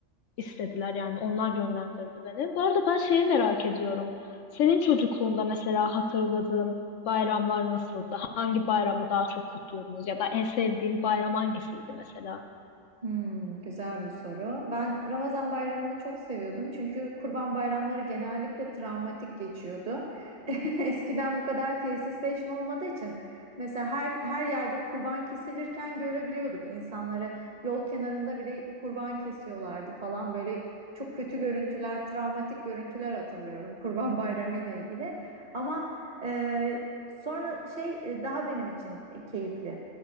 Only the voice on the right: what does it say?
Hmm, güzel bir soru. Ben Ramazan bayramını çok seviyordum çünkü kurban bayramları genellikle travmatik geçiyordu. <laughs> Eskiden bu kadar tesisleşme olmadığı için mesela her her yerde kurban kesilirken görebiliyorduk insanları yol kenarında bile kurban kesiyorlardı falan böyle çok kötü görüntüler, travmatik görüntüler hatırlıyorum kurban bayramı ile ilgili. Ama e, sonra şey e, daha benim için keyifli